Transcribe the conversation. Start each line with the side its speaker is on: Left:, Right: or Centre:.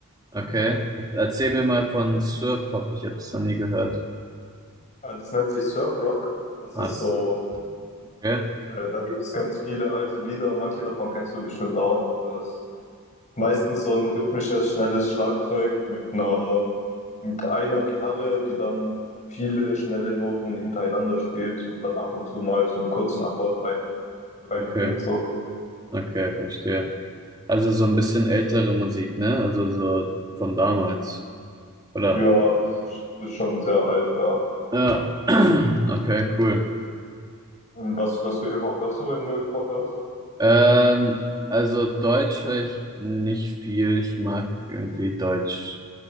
Right: Okay. Erzähl mir mal von Surf-Pop. Ich habe es noch nie gehört.
Left: Äh, das nennt sich Surfrock. Das
Right: Was?
Left: ist so,
Right: Okay.
Left: äh, da gibt es ganz viele alte Lieder, manche davon kennst du bestimmt auch. Das meistens so ein rhythmisches, schnelles Schlagzeug mit einer, mit einer Gitarre, die dann viele schnelle Noten hintereinander spielt und dann ab und zu mal so einen kurzen Akkord rein, reinbringt,
Right: Okay.
Left: so.
Right: Okay, verstehe. Also so ein bisschen ältere Musik, ne? Also so von damals. Oder?
Left: Ja, das ist, das ist schon sehr alt, ja.
Right: Ja. <clears throat> Okay, cool.
Left: Und was, was für Hip-Hop hörst du, wenn du Hip-Hop hörst?
Right: Ähm, also Deutsch höre ich nicht viel. Ich mag irgendwie Deutsch,